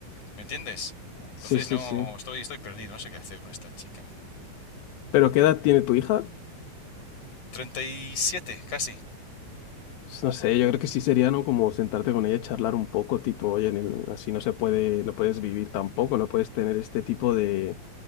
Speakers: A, on the left (about 55°); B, on the left (about 85°).
A: ¿me entiendes? Entonces
B: Sí, sí,
A: no,
B: sí.
A: estoy, estoy perdido, no sé qué hacer con esta chica.
B: ¿Pero qué edad tiene tu hija?
A: treinta y siete casi.
B: S- No sé, yo creo que sí sería, ¿no? Como sentarte con ella y charlar un poco, tipo, oye, nen, así no se puede, no puedes vivir tampoco, no puedes tener este tipo de,